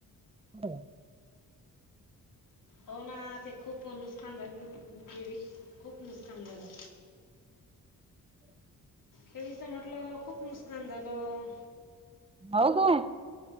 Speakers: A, on the right; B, on the left.
A: हो
B: हो ना ते खूप नुकसान झालं ना खूप नुकसान झालं
A: <inaudible>
B: खेळीचा म्हटलं खूप नुसकान झालं.
A: हो काय